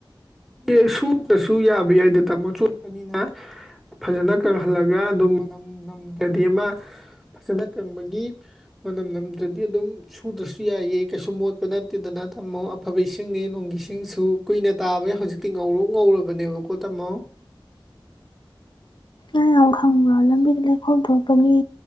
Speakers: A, in the centre; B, on the left.
A: ꯑꯦ ꯁꯨꯗ꯭ꯔꯁꯨ ꯌꯥꯕ ꯌꯥꯏꯗ ꯇꯥꯃꯣ ꯆꯣꯠꯄꯅꯤꯅ ꯐꯖꯅ ꯀꯪꯍꯜꯂꯒ ꯑꯗꯨꯝ ꯅꯝꯗ꯭ꯔꯗꯤ ꯑꯃ ꯐꯖꯅ ꯀꯪꯕꯒꯤ ꯃꯅꯝ ꯅꯝꯗ꯭ꯔꯗꯤ ꯑꯗꯨꯝ ꯁꯨꯗ꯭ꯔꯁꯨ ꯌꯥꯏꯌꯦ ꯀꯩꯁꯨ ꯃꯣꯠꯄ ꯅꯠꯇꯦꯗꯅ ꯇꯝꯃꯣ ꯑꯐꯕ ꯏꯁꯤꯡꯅꯤ ꯅꯣꯡꯒꯤ ꯏꯁꯤꯡꯁꯨ ꯀꯨꯏꯅ ꯇꯥꯕꯩ ꯍꯧꯖꯤꯛꯇꯤ ꯉꯧꯔꯣꯛ ꯉꯧꯔꯕꯅꯦꯕꯀꯣ ꯇꯥꯝꯃꯣ
B: ꯅꯪ ꯌꯥꯝ ꯈꯪꯕ꯭ꯔꯣ ꯂꯝꯕꯤꯗ ꯂꯩꯈꯣꯝ ꯊꯣꯛꯄꯒꯤ